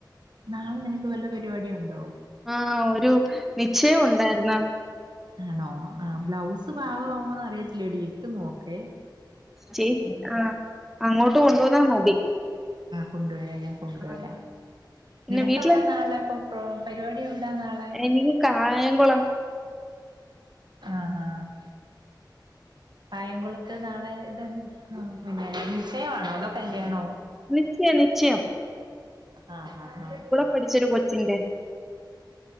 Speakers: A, on the right; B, in the centre.
A: നാളെ നിനക്ക് വല്ല പരിപാടീണ്ടോ?
B: ആ ഒരു നിശ്ചയം ഉണ്ടായിരുന്നു.
A: ആണോ ആഹ് ബ്ലൗസ് പാഗമാവോന്ന് അറിയത്തില്ലെടീ ഇട്ട് നോക്കെ.
B: ചേ ആഹ് അങ്ങോട്ട് കൊണ്ടുവന്നാ മതി.
A: കൊണ്ടുവരാ ഞാൻ കൊണ്ടുവരാ
B: ആ പിന്നെ
A: നിനക്കെവ്ടാ
B: വീട്ടില്
A: നാളെ ഇപ്പൊ പ്പൊ പര്വാടി എവിടാ നാളെ?
B: എനിക്ക് കായംകുളം
A: ആഹ് ആഹ്. കായംകുളത്ത് നാളെ ആഹ് <unintelligible> ച്ചയാണോ അതോ കല്യാണോ
B: നിശ്ചയം നിശ്ചയം.
A: ആഹ് ആഹ് ആഹ്
B: പഠിച്ചൊര് കൊച്ചിന്റെ.